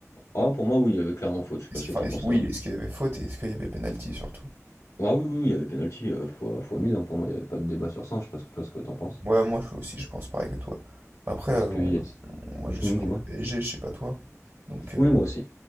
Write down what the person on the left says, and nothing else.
Ah, pour moi, oui, il y avait clairement faute. Je sais
pas ce
que
t'en
penses,
toi.
Ah oui, oui, oui, il y avait penalty euh, fois, fois 1000. hein, pour moi, il n'y avait pas de débat sur ça. Je sais pas ce que toi, ce que t'en penses.
Parce que,
yes.
Hmm,
dis-moi.
Oui, moi aussi.